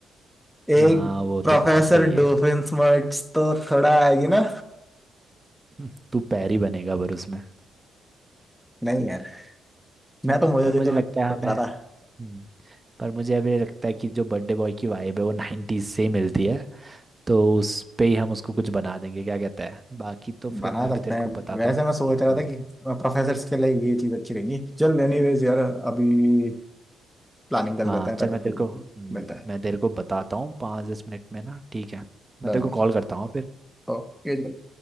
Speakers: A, in the centre; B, on the right.
A: एक
B: हाँ वो
A: प्रोफेसर
B: तो बहुत सही है
A: डोफिन स्मर्ट्स तो थोड़ा आएगी ना
B: <laughs> हम्म, तू पैरी बनेगा पर उसमें
A: नहीं यार मैं तो मुझे
B: पर
A: जो
B: मुझे लगता
A: जो सोच
B: है हमें
A: रहा था
B: हम्म, पर मुझे अभी लगता है कि जो बर्थडे बॉय की वाइब है वो नाइन्टीज से ही मिलती है तो उस पे ही हम उसको कुछ बना देंगे क्या कहता है बाकी तो फिर
A: बना
B: मैं अभी
A: सकते
B: तेरे
A: हैं
B: को बताता
A: वैसे
B: हूँ
A: मैं सोच रहा
B: हम्म,
A: था कि प्रोफेसर्स के लिए ये चीज अच्छी रहेगी चल एनीवेज यार अभी प्लानिंग कर
B: हाँ
A: लेते हैं
B: चल
A: पहले
B: मैं तेरे
A: पूरी
B: को हम्म,
A: मिलता है
B: मैं तेरे को बताता हूँ पाँच दस मिनट में ना ठीक है मैं
A: डन
B: तेरे को
A: है
B: कॉल करता हूँ फिर
A: ओके